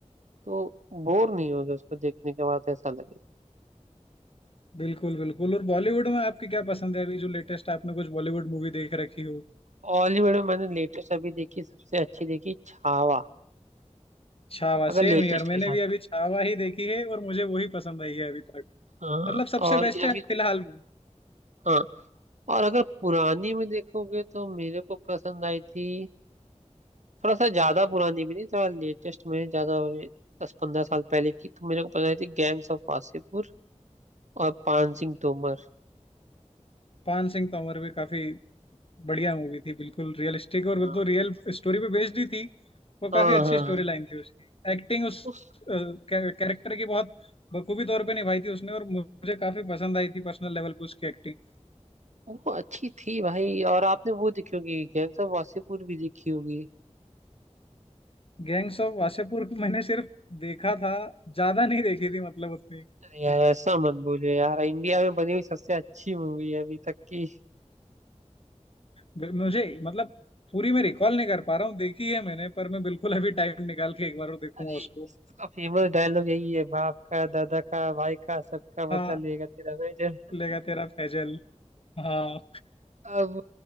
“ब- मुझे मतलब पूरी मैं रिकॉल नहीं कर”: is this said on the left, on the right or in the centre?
Left